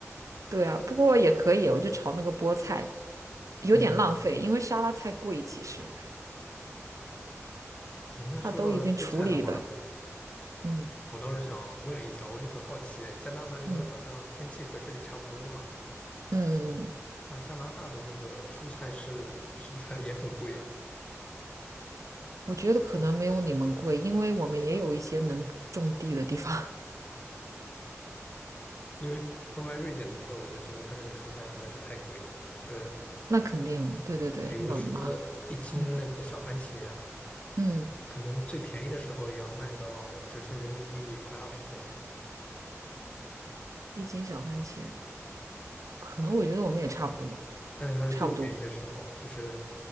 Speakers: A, on the right; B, on the left.
A: 对啊，不过也可以，我就炒那个菠菜，有点浪费，
B: 嗯，
A: 因为沙拉菜贵，其实
B: 对。那说到蔬菜的话，
A: 它都已经处理了。嗯
B: 我倒是想问一下，我就很好奇，哎加拿大因为好像天气和这里差不多嘛，
A: 嗯嗯。嗯嗯
B: 那加拿大的那个蔬菜是是不是 <laughs> 还也很贵呀？
A: 我觉得可能没有你们贵，因为我们也有一些能种地的地方。<laughs>
B: 因为刚来瑞典的时候，我就觉得它这里蔬菜实在是太贵了，其实。
A: 那肯定，对对对，
B: 比如说一斤那个小番茄啊，
A: 冷嘛，嗯嗯，
B: 可能最便宜的时候也要卖到折成人民币快二十块钱，
A: 一斤小番茄，可能我觉得我们也差不多，
B: 但是它是最便宜的时候，
A: 差不多，
B: 就是